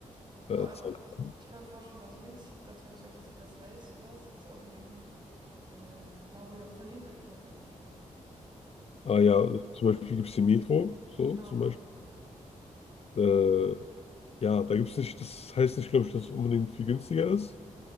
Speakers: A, on the right; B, on the left.
A: Ja, vor
B: äh,
A: allem,
B: Zeitraum.
A: also ich kann mir vorstellen, bei so Dings, ich habe gerade ganz vergessen, wie das heißt, sowas, gibt es ja auch in Berlin. ähm, da wo ja Unternehmen einkaufen gehen können.
B: Ah
A: Du weißt,
B: ja, zum Beispiel gibt es die Metro, so
A: genau,
B: zum
A: so
B: Beispiel.
A: ein, ja,
B: Äh, ja, da gibt es nicht, das heißt nicht, glaube ich, dass es unbedingt viel günstiger ist.